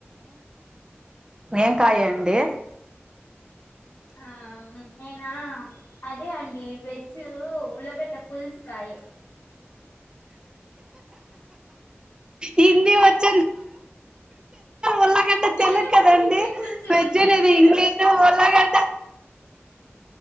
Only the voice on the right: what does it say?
ఏంకాయ అండి
హిందీ వెజ్ ఉల్లగడ్డ
తెలుగు కదండి
వెజ్
అనేది ఇంగ్లీష్ ఉల్లగడ్డ